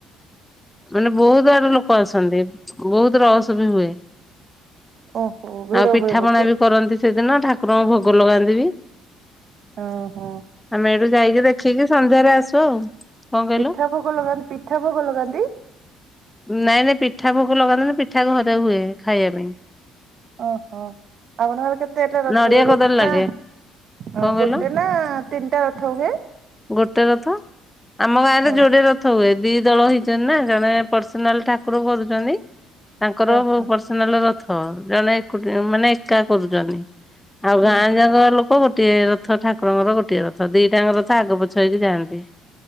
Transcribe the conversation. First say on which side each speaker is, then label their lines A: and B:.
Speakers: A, in the centre; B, on the right (about 45°).
A: ମାନେ ବୋହୁତ ଆଡେ ଲୋକ ଅସନ୍ତି ବହୁତ ରସ ବି ହୁଏ।
B: ଓହୋ ଭିଡ
A: ଆଉ ପିଠା
B: ହୁଏ ବୋଧେ
A: ପଣା ବି କରନ୍ତି ସେଦିନ ଠାକୁରଙ୍କୁ ଭୋଗ ଲଗାନ୍ତି ବି।
B: ହଁ ହଁ।
A: ଆମେ ଏଇଠୁ ଯାଇକି ଦେଖିକି ସନ୍ଧ୍ୟାରେ ଆସୁ ଆଉ। କଣ କହିଲ?
B: ପିଠା ଭୋଗ ଲଗାନ୍ତି ପିଠା ଭୋଗ ଲଗାନ୍ତି?
A: ନାଇଁ ନାଇଁ ପିଠା ଭୋଗ ଲଗାନ୍ତିନି ପିଠା ଘରେ ହୁଏ ଖାଇବା ପାଇଁ।
B: ଓହୋ ଆପଣଙ୍କର କେତେଟା ରଥ
A: ନଡିଆ
B: ହୁଏ
A: କଦଳୀ
B: ଗୋଟେ
A: ଲାଗେ
B: ନା
A: କଣ
B: ହଁ
A: କହିଲ
B: ଗୋଟେ ନା ତିନିଟା ରଥ ହୁଏ?
A: ଗୋଟେ ରଥ ହଃ ଆମ ଗାଁରେ
B: ଓ
A: ଯୋଡ଼େ ର ଥ ହୁଏ ଦି ଦଳ ହେଇଛନ୍ତି ନା ଜଣେ ପର୍ସନାଲ୍ ଠାକୁର କରୁଛନ୍ତି ତାଙ୍କର
B: ଓହୋ।
A: ବ ପର୍ସ ସନାଲ୍ ରଥ ଜଣେ ଏକୁଟି ମାନେ ଏକା କରୁଛନ୍ତି ଆଉ
B: ହୁଁ
A: ଗାଁ
B: ହୁଁ।
A: ଯାକ ଲୋ କ ଗୋଟିଏ ରଥ ଠାକୁରଙ୍କର ଗୋଟିଏ ରଥ ଦିଟା ଆଙ୍କ ରଥ ଆଗ ପଛ ହେଇକି ଯାଆନ୍ତି।